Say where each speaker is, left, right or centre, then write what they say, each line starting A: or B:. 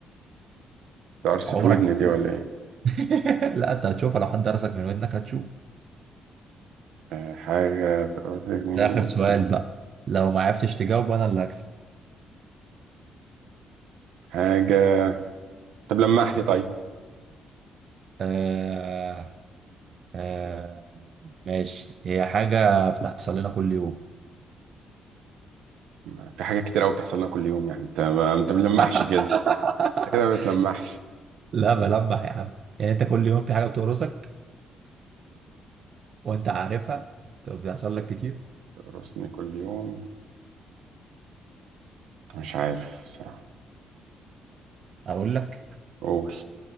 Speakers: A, on the right (about 80°); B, on the right (about 55°).
A: تقرصة
B: عمرك
A: ودني
B: ما
A: دي
B: هتشوفها.
A: ولا إيه؟
B: <laughs> لا أنت هتشوفها لو حد درسك من ودنك هتشوف
A: آه، حاجة تقرصة ودني
B: ده آخر
A: بس
B: سؤال بقى لو ما عرفتش تجاوب أنا اللي هكسب
A: حاجة طب لمح لي طيب
B: آه... آه ماشي هي حاجة بتحصل لنا كل يوم
A: ما- في حاجات كتير أوي بتحصل لنا كل يوم يعني أنت ما أنت بتلمحش
B: <laughs>
A: كده أنت كده ما بتلمحش
B: لا بلمح يا عم يعني انت كل يوم في حاجة بتقرصك وانت عارفها طب بيحصل لك كتير
A: تقرصني كل يوم مش عارف بصراحة
B: اقول لك
A: قول